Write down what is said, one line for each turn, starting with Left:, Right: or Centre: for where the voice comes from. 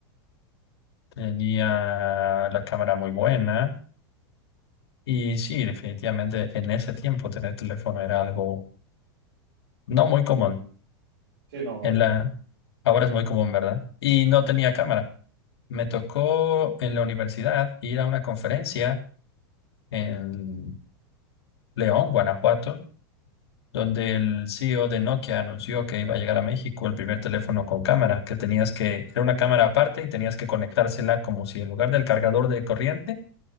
Left: Tenía la cámara muy buena. Y sí, definitivamente en ese tiempo tener teléfono era algo no muy común.
Right: Sí, no, ahorita.
Left: En la... Ahora es muy común, ¿verdad? Y no tenía cámara. Me tocó en la universidad ir a una conferencia en León, Guanajuato, donde el CEO de Nokia anunció que iba a llegar a México el primer teléfono con cámara, que tenías que, era una cámara aparte y tenías que conectársela como si en lugar del cargador de corriente,